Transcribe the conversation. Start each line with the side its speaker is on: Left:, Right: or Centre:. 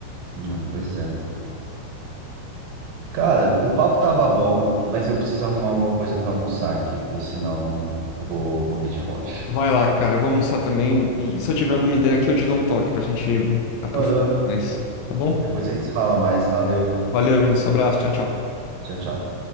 Right: Hum, pois é. Cara, o papo tava bom, mas eu preciso arrumar alguma coisa pra almoçar aqui, porque senão eu vou morrer de fome.
Left: Vai lá, cara, eu vou almoçar também. E se eu tiver alguma ideia aqui, eu te dou um toque pra gente aprofundar
Right: Demorou.
Left: mais, tá bom?
Right: Depois a gente se fala mais. Valeu.
Left: Valeu, Vinícius. Abraço, tchau, tchau.
Right: Tchau, tchau.